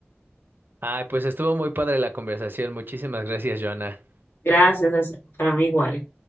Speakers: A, on the right; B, on the left.
A: Ay, pues estuvo muy padre la conversación. Muchísimas gracias, Joana.
B: Gracias, es para mí igual.